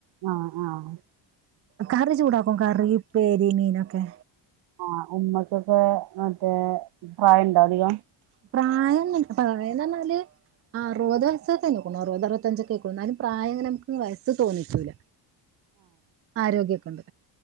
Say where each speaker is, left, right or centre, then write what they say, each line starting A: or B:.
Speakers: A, on the right; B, on the right.
A: ആഹ് ആഹ്
B: കറി ചൂടാക്കും കറി ഉപേരി മീനൊക്കെ
A: ആഹ് ഉമ്മക്കൊക്കെ മറ്റേ പ്രായണ്ടോ അധികം
B: പ്രായം ന്ന് പറീന്നെർഞ്ഞാല് അറുപത് വയസൊക്കെ കഴിഞ്ഞിക്ണ് അറുപത് അറുപതഞ്ച് ഒകെയിക്ണ് ന്നാലും പ്രായങ്ങന വയസ് തോന്നിക്കുല്ല ആരോഗ്യക്കൊണ്ട്